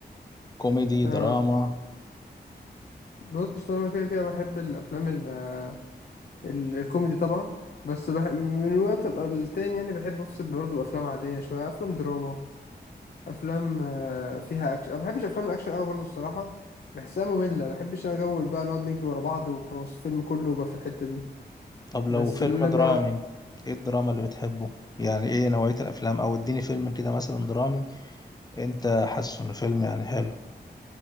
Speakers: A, on the left (about 20°); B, on the left (about 60°).
A: كوميدي
B: آه،
A: دراما
B: بص أنا كده كده بحب الأفلام ال- آه، ال- الكوميدي طبعا بس بح من وقت للتاني يعني بحب أفصل برضه بأفلام عادية شوية أفلام دراما أفلام آه، فيها أكشن ما بحبش أفلام الأكشن أوي برضه الصراحة بحسها مملة ما بحبش أنا جو بقى نقعد نجري ورا بعض وخلاص الفيلم كله بقى في الحتة دي
A: طب لو
B: بس
A: فيلم
B: اللي
A: درامي
B: ب...
A: ايه الدراما اللي بتحبه يعني ايه نوعية الافلام او اديني فيلم كده مثلا درامي انت حاسه انه فيلم يعني حلو